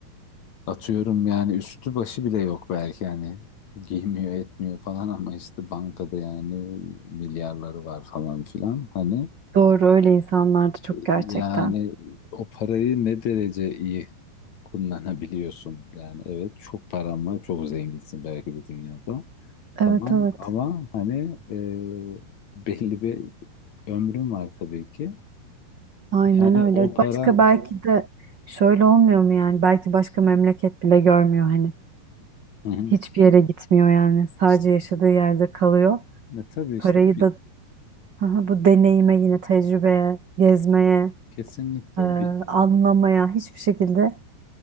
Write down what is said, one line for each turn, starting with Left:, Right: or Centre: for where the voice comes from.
Left: Atıyorum yani üstü başı bile yok belki hani giymiyor etmiyor falan ama işte bankada yani milyarları var falan filan hani
Right: Doğru öyle insanlardı çok gerçekten.
Left: yani o parayı ne derece iyi kullanabiliyorsun yani evet çok paran var çok zenginsin belki bu dünyada
Right: Evet
Left: tamam
Right: evet.
Left: ama hani e, belli bir ömrün var tabii ki
Right: Aynen
Left: yani
Right: öyle.
Left: o para
Right: Başka belki de şöyle olmuyor mu yani? Belki başka memleket bile görmüyor hani.
Left: hı hı.
Right: Hiçbir yere gitmiyor yani. Sadece
Left: İşte,
Right: yaşadığı yerde kalıyor.
Left: e, tabii işte
Right: Parayı
Left: bir,
Right: da aha, bu deneyime yine tecrübeye, gezmeye,
Left: kesinlikle
Right: e,
Left: bir
Right: anlamaya hiçbir şekilde